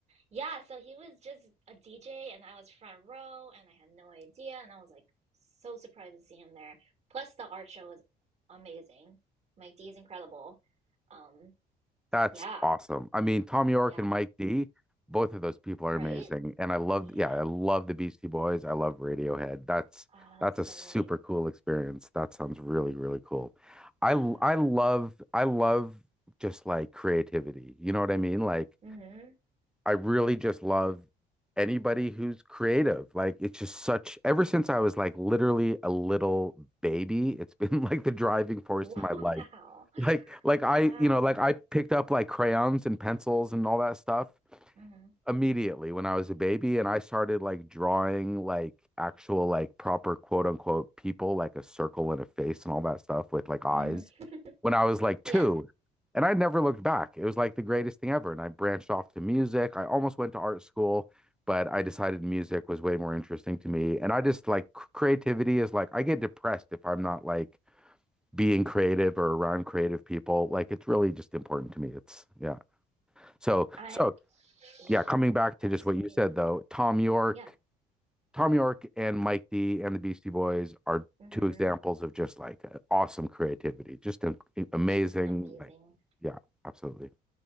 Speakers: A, on the right (about 40°); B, in the centre.
A: yeah, so he was just a DJ, and I was front row, and I had no idea, and I was like so surprised to see him there. Plus, the art show was amazing. Mike D is incredible. Um,
B: That's
A: yeah,
B: awesome. I mean, Tom York
A: yeah,
B: and Mike D, both of those people are
A: right?
B: amazing. And I love,
A: Yeah,
B: yeah, I love the Beastie Boys. I love Radiohead. That's
A: Ah,
B: that's
A: that's
B: a
A: so
B: super
A: great.
B: cool experience. That sounds really, really cool. I
A: Yeah.
B: l- I love I love just like creativity. You know what I mean? Like
A: Mm-hmm.
B: I really just love anybody who's creative. Like it's just such, ever since I was like literally a little baby, it's <laughs> been like the driving force
A: <laughs>
B: in my life.
A: Wow.
B: Like like I,
A: Wow.
B: you know, like I picked up like crayons and pencils and all that stuff
A: Mm-hmm.
B: immediately when I was a baby and I started like drawing like actual like proper quote unquote people like a circle and a face and all that stuff with like eyes
A: hmm
B: when I was like 2
A: Yeah.
B: and I never looked back. It was like the greatest thing ever and I branched off to music. I almost went to art school but I decided music was way more interesting to me and I just like creativity is like I get depressed if I'm not like being creative or around creative people like it's really just important to me it's yeah so
A: I'm,
B: so
A: yeah,
B: yeah, coming back to
A: that's
B: just what
A: great.
B: you said though, Tom York,
A: Yeah.
B: Tom York and Mike D and the Beastie Boys are
A: Mm-hmm.
B: two examples of just like awesome creativity, just an, amazing.
A: Just amazing.
B: Like, yeah, absolutely.